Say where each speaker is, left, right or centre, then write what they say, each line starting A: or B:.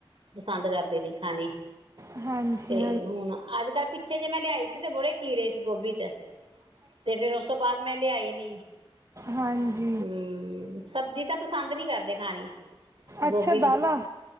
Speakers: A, on the right; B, on the right.
A: ਪਸੰਦ ਕਰਦੇ ਨੇ ਖਾਣੇ
B: ਹਾਂਜੀ
A: ਤੇ ਹੁਣ ਅੱਜ ਕੱਲ੍ਹ ਪਿੱਛੇ ਜੇ ਮੈਂ ਲਿਆਈ ਸੀ ਤੇ ਬੜੇ ਕੀੜੇ ਸੀ ਗੋਭੀ ਚ ਤੇ ਫੇਰ ਉਸ ਤੋਂ ਬਾਅਦ ਮੈਂ ਲਿਆਏ ਨੀ
B: ਹਾਂਜੀ <unintelligible>
A: ਹਮ ਸਬਜ਼ੀ ਤਾਂ ਪਸੰਦ ਨੀ ਕਰਦੇ ਖਾਣੀ ਗੋਭੀ
B: ਅੱਛਾ
A: ਦੀ
B: ਦਾਲਾਂ